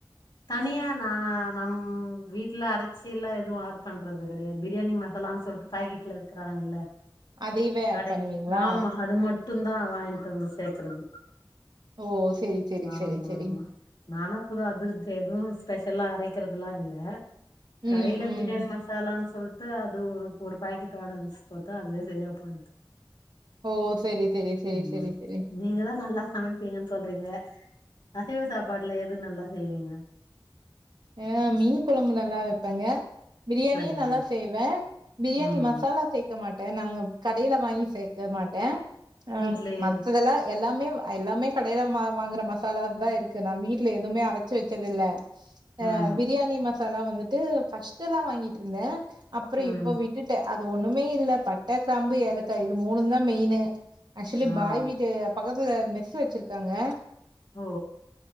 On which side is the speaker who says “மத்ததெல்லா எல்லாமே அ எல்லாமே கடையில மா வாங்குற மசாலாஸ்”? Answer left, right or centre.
Right